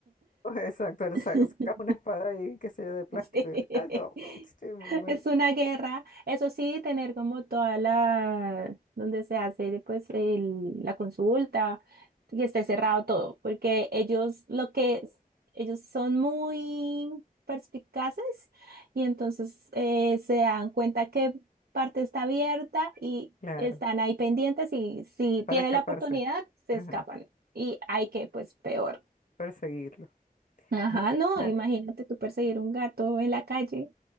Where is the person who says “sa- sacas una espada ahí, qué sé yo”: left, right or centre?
Left